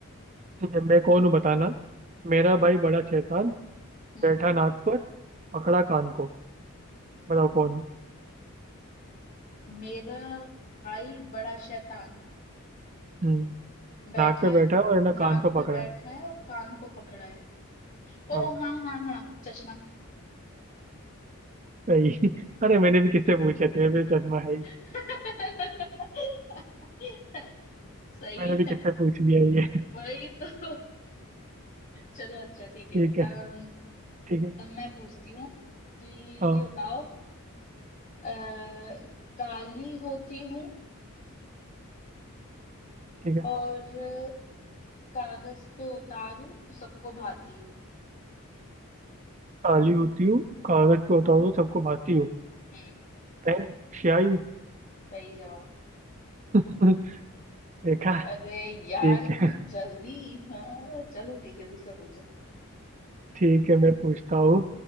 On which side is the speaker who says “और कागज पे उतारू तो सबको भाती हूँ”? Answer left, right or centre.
Left